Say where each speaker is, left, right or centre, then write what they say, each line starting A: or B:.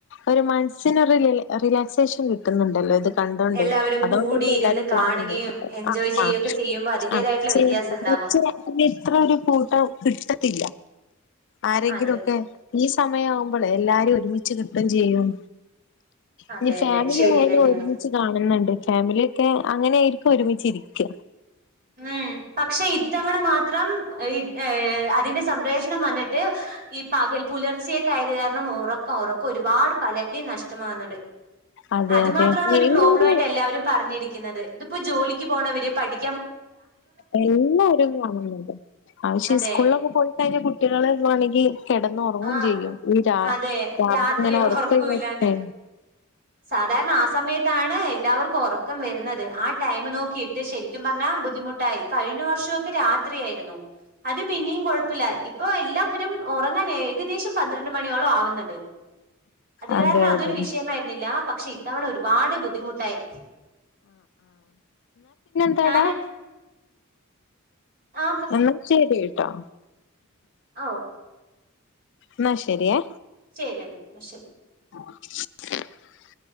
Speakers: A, on the left; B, on the right.
A: ഒരു മനുഷ്യനറിലേ റിലാക്സേഷൻ കി ന്നുണ്ടല്ലോ ഇത്
B: ഉം
A: കണ്ടൊണ്ട്
B: എല്ലാവരും
A: അതോണ്ടന്നെ
B: കൂടിയിരുന്ന്
A: എല്ലാരും കാണ
B: കാണുകയും എൻജോയ്
A: ആ
B: ചെയ്യുകയൊക്കെ
A: ആ
B: ചെയ്യുമ്പോ അതിന്റേതായിട്ടുള്ള
A: ആ ചെയച്ച
B: വ്യത്യാസം ഉണ്ടാവും
A: അ ഇത്രൊ ഒരു കൂട്ടം കിട്ടത്തി ആരെങ്കിലൊക്കെ
B: അതെ
A: ഈ സ യാവുമ്പോളെ എല്ലാരും ഒരുമിച്ച് കിട്ടും ചെയ്യും
B: അതെ
A: ഇനി ഫാമിലി
B: അതെ ശരി
A: ആയാലും
B: തന്നെയാണ്
A: ഒരുമിച്ച് കാണുന്നുണ്ട് ഫാമിലി എ അങ്ങനായിരിക്കും ഒരുമിച്ചിരിക്ക
B: ഉം പക്ഷെ ഇത്തവണ മാത്രം ഇ എം അതിന്റെ സംപ്രേഷണം വന്നിട്ട് ഈ പക പുലർച്ചെയായത് കാര കണം ഉറക്കം ഉറക്കം ഒരുപാട് പലരുടെയും നഷ്ടമാകുന്നുണ്ട്
A: അതെ
B: അത്
A: അതെ
B: മാത്രമാണ്
A: വേറൊരു
B: ഒരു പ്രോബ്ലം ആയിട്ട് എല്ലാവരും പറഞ്ഞിരിക്കുന്നത് ഇതിപ്പോ ജോലിക്ക് പോണവര് പഠി
A: എല്ലാരും കാണുന്ന്ണ്ട് ആ ഷെ
B: അതെ
A: സ്കൂളിലൊക്കെ പോയിട്ടഴിഞ്ഞ കുട്ടികളെ വേണങ്കിൽ കിടന്ന് ഉറങ്ങയും
B: ആ
A: ചെയ്യും ഈ രാ
B: അതെ
A: അവനങ്ങനെ
B: രാത്രി
A: ഉറക്കൊഴിഞ്ഞിട്ടേ
B: ഉറക്കമില്ലാണ്ട് സാധാരണ ആ സമയത്താണ് എല്ലാവർക്കും ഉറക്കം വരുന്നത് ആ ടൈം നോക്കിയിട്ട് ശരിക്കും പറഞ്ഞാൽ ബുദ്ധിമുട്ടായി കഴിഞ്ഞ വർഷൊക്കെ രാത്രിയായിരുന്നു അത് പിന്നെയും കൊഴപ്പല്ല ഇപ്പൊ എല്ലാരും ഉറങ്ങാൻ ഏകദേശം പന്ത്രണ്ട് മണിയോളം ആവുന്നുണ്ട് അത്
A: അതെ
B: കാരണം അതൊരു
A: അതെ
B: വിഷയംമായി ല്ലാ പക്ഷെ ഇത്തവണ ഒരുപാട് ബുദ്ധിമുട്ടായി
A: അത്തട
B: ഞാന ആ
A: എന്നാൽ ശരി ട്ടോ
B: ആ ഓ
A: ന്നാ ശെരിയെ
B: ശെരിയാണ് മ ശെരി
A: ഏ